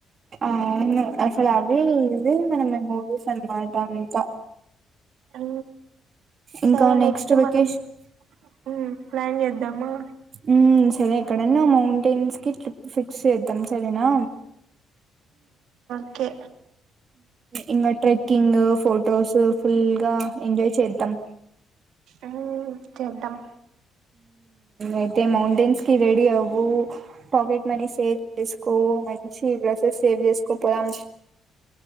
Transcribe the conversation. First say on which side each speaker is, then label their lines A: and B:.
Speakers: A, on the right; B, on the right.
A: అవును అసలు అదే ఇవే మన మమోరీస్ అనమాట అంతా
B: అ
A: ఇంకా
B: సరే నెక్స్ట్
A: వెకేషన్
B: మనం ఉమ్ ప్లాన్ చేద్దామా
A: ఉమ్ ఎక్కడన్నా మౌంటైన్స్ కి ట్రిప్ ఫిక్స్ చేద్దాం సరేనా
B: ఓకే
A: ఇంకా ట్రెక్కింగ్ ఫొటోస్ ఫుల్గా ఎంజాయ్ చేద్ద త్తం
B: ఆ చేద్దాం
A: అయితే మౌంటెన్స్కి రెడి అవు పాకెట్ మనీ సేవ్ చేసుకో మంచి డ్రెస్సెస్ సేవ్ చేసుకో పోదాం